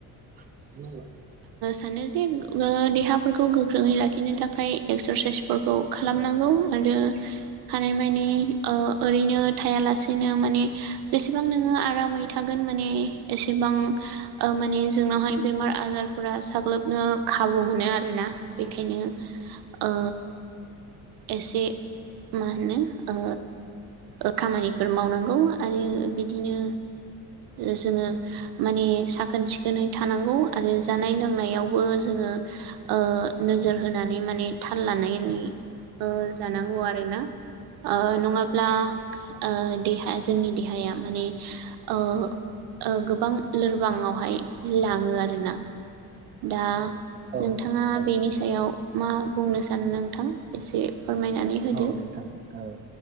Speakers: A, on the right (about 25°); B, on the right (about 80°).
A: <unintelligible>
B: मोनो जेन बा देहाफोरखौ गोख्रोङै लाखिनो थाखाय एक्सारसाइसफोरखौ खालामनांगौ। आरो हानायमानि ओ ओरैनो थाया लासेनो माने जेसेबां नोङो आरामै थागोन माने एसेबां ओ माने जोंनावहाय बेमार आजारफोरा साग्लोबनो खाबु मोनो आरोना। बेखायनो ओ एसे मा होनो ओ ओ खामानिफोर मावनांगौ आरो बिदिनो ओ जोङो माने साखोन सिखोनै थानांगौ आरो जानाय लोंनायावबो जोङो ओ नोजोर होनानै माने थाल लानायनै ओ जानांगौ आरो ना। ओ नङाब्ला ओ देहाया जोंनि देहाया माने ओ ओ गोबां लोरबाङआवहाय लाङो आरोना। दा
A: औ
B: नोंथाङा
A: नोंथां
B: बेनि सायाव मा बुंनो सानो नोंथां एसे फोरमायनानै होदो
A: औ नोंथां औ